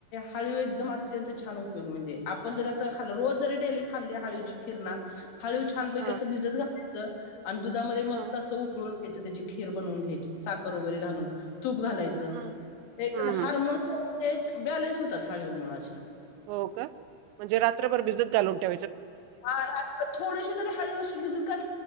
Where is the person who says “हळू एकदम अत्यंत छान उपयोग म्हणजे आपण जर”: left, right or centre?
Left